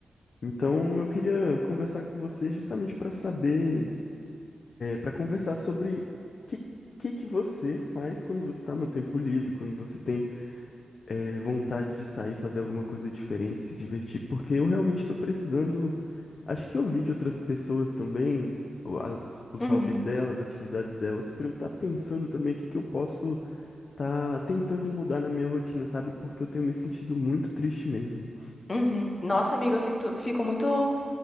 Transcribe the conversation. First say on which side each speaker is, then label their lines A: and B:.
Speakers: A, on the left (about 55°); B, on the left (about 30°).
A: Então, eu queria conversar com você justamente para saber, para conversar sobre que que que você faz quando você está no tempo livre, quando você tem é, vontade de sair, fazer alguma coisa diferente, se divertir, porque eu realmente estou precisando. Acho que ouvir de outras pessoas também, o- as- os
B: Uhum,
A: hobbies delas, atividades delas, para eu estar pensando também o que que eu posso estar tentando mudar na minha rotina, sabe? Porque eu tenho me sentido muito triste mesmo.
B: uhum. Nossa, amiga, eu sinto, fico muito.